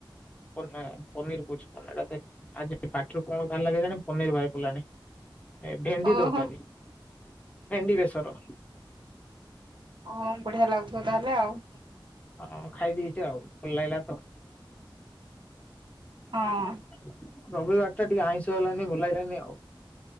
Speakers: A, on the left; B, on the right.
A: ପନି ପନୀରୁ ପୂଛ ପଳାଇଲା ଦେଖେ। ଆଜି ପାଟିରୁ କଣ ବାହାରିଲା କେଜାଣି ପନିର ବାହାରି ପଡ଼ିଲାଣି ଏ ଭେଣ୍ଡି
B: ଓହୋ
A: ଦରକାରୀ ନାହିଁ। ଭେଣ୍ଡି ବେଶର
B: ହଁ ବଢିଆ ଲାଗୁଥିବ ତାହେଲେ ଆଉ।
A: ହଁ ଖାଇ ଦେଇେଛି ଆଉ ଭଲ ଲାଗିଲା ତ।
B: ହଁ
A: ଆଜି ରବିବାରଟା ଟିକେ ଆଇଁଷ ହେଲାନି ଭଲଲାଗିଲାନି ଆଉ।